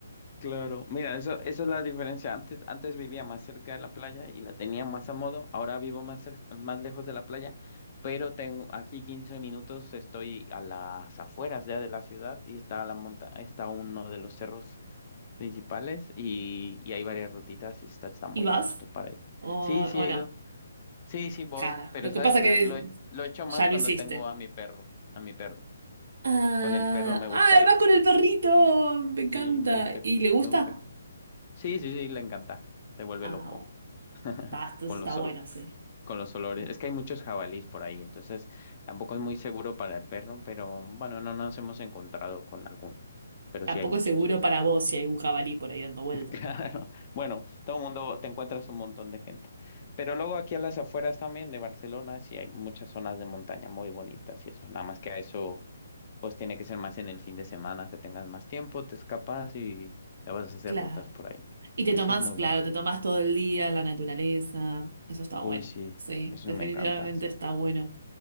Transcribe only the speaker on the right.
¿Y vas?
¿O,
o
no?
Claro.
Lo
que pasa es
que
ya lo
hiciste.
Ah,
ah,
vas con el perrito! Me encanta.
¿Y le gusta?
Ah,
oh,
está, entonces
está
bueno, sí.
No.
Tampoco
es seguro
para vos si hay un jabalí por ahí dando vuelta.
Claro.
Y te
tomás,
claro,
te tomás todo el día en la naturaleza. Eso está
bueno.
Sí,
definitivamente
está bueno.